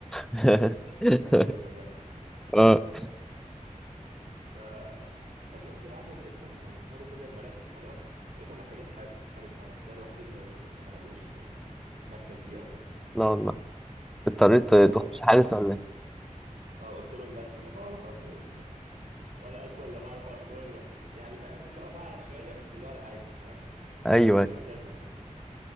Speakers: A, in the centre; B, on the right.
A: <laughs>
B: <laughs> منتخب المدرسه <laughs>
A: اه
B: ف فاليوم اللي بعده لقيتهم يعني اختاروا كل المراكز خلاص بس لقيتهم محتاجين حارس حارس مرمى ده الوحيد اللي لسه ما لقوش مركز ليه او كده
A: لا والله اضطريت تخش
B: اه ف
A: حارس ولا ايه
B: اه قلت لهم بس انا بعرف اقف جول <laughs> وانا اصلا لا بعرف اقف جول يعني فاهم اللي هو بعرف شويه بس اللي هو العادي فاهم
A: ايوه
B: مش مركزي يعني